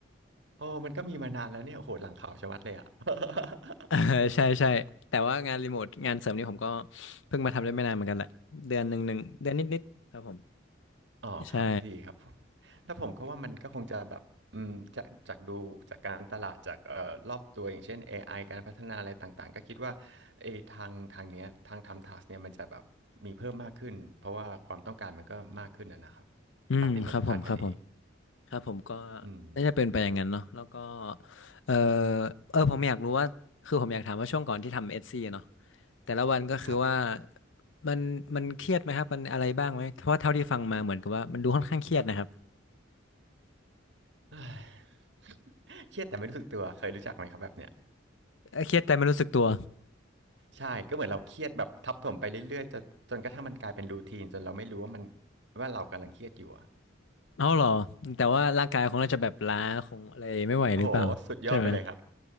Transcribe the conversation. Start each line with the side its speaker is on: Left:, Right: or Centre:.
Right: โอ้มันก็มีมานานแล้วเนี่ยโอ้โหหลังข่าวชะมัดเลยอ่ะ <laughs>
Left: <laughs> เออใช่ใช่แต่ว่างานรีโมทงานเสริมนี่ผมก็เพิ่งมาทำได้ไม่นานเหมือนกันแหละเดือนหนึ่งหนึ่งเดือนนิดๆครับผม
Right: อ๋อครับดีครับผม
Left: ใช่
Right: แล้วผมก็ว่ามันก็คงจะแบบอืมจากจากดูจากการตลาดจากเอ่อรอบตัวอย่างเช่น AI การพัฒนาอะไรต่างๆก็คิดว่าเออทางทางเนี้ยทางทำทัสเนี่ยมันจะแบบมีเพิ่มมากขึ้นเพราะว่าความต้องการมันก็มากขึ้นนะนะครับ
Left: อืมครับผมครับผม
Right: ตามที่ผมคาดคะเน
Left: ครับผมก็
Right: อืม
Left: น่าจะเป็นไปอย่างนั้นเนาะแล้วก็เออเออผมอยากรู้ว่า คือผมอยากถามว่าช่วงก่อนที่ทำเอสซีเนาะแต่ละวันก็คือว่า
Right: ครับ
Left: มันมันเครียดไหมครับมันอะไรบ้างไหมเพราะว่าเท่าที่ฟังมาเหมือนกับว่ามันดูค่อนข้างเครียดนะครับ
Right: <sighs> เฮ้ยเครียดแต่ไม่รู้สึกตัวเคยรู้จักไหมครับแบบเนี้ย
Left: เอ่อเครียดแต่ไม่รู้สึกตัว
Right: ใช่ก็เหมือนเราเครียดแบบทับถมไปเรื่อยๆจนจนกระทั่งมันกลายเป็นรูทีนจนเราไม่รู้ว่ามันว่าเรากำลังเครียดอยู่อะ
Left: เอ้าเหรอ แต่ว่าร่างกายคงน่าจะแบบล้าคงอะไรไม่ไหวหรือเปล่าใช่ไหม
Right: โอ้โหสุดยอดไปเลยครับ